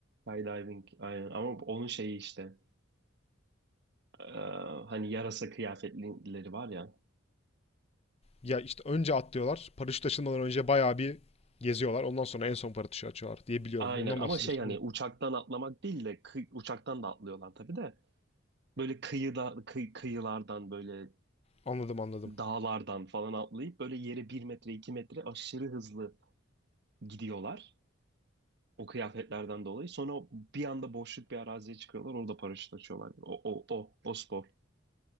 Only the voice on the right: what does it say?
Skydiving aynen ama onun şeyi işte e, hani yarasa kıyafetlileri var ya
Aynen
ama
şey hani
uçaktan atlamak değil de kı- uçaktan da atlıyorlar tabii de böyle kıyıda kıy- kıyılardan böyle
dağlardan falan atlayıp böyle yere bir metre iki metre aşırı hızlı gidiyorlar o kıyafetlerden dolayı. Sonra o- bir anda boşluk bir araziye çıkıyorlar orada paraşüt açıyorlar. O, o, o, o spor.